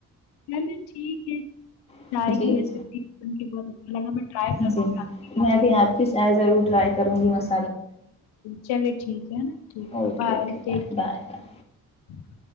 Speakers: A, on the left; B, on the left.
A: چلیں ٹھیک ہے
B: جی
A: چائے کی
B: جی
A: ریسپی بن کے بہت <unintelligible> <unintelligible>
B: جی
A: گی آپ کی جو
B: میں بھی اپ کے ساتھ ضرور ٹرائی <unintelligible>
A: چلیں ٹھیک ہے نا ٹھیک
B: okay
A: ہے bye
B: okay bye bye
A: <inaudible>